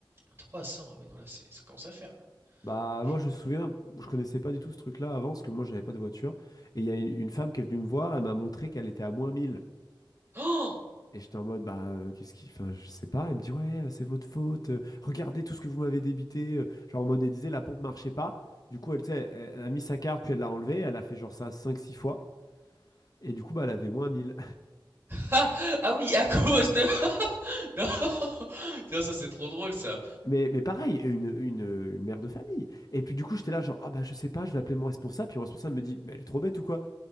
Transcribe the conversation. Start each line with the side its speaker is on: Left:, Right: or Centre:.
Right: 300, ah oui, non, là, c'est, ça commence à faire, là.
Left: Bah,
Right: Je...
Left: moi,
Right: <gasps>
Left: je me souviens, je connaissais pas du tout ce truc-là avant, parce que moi, j'avais pas de voiture. Et il y a une, une femme qui est venue me voir, elle m'a montré qu'elle était à moins mille
Right: Oh!
Left: Et j'étais en mode, bah, heu, qu'est-ce qui enfin, je sais pas. Elle me dit: «Ouais, heu, c'est votre faute, heu, regardez tout ce que vous m'avez débité», heu, genre en mode elle disait la pompe marchait pas. Du coup, elle, tu sais, elle elle a mis sa carte, puis elle l'a enlevée. Elle a fait genre ça cinq six fois et du coup, bah, elle avait moins 1 000. <laughs>
Right: Ah! Ah oui, à cause de... <laughs> Non! <laughs> Tiens, ça c'est trop drôle ça!
Left: Mais mais pareil, une une, heu, une mère de famille et puis du coup, j'étais là genre: «Ah bah, je sais pas, je vais appeler mon responsable», puis mon responsable me dit: «Mais elle est trop bête ou quoi?»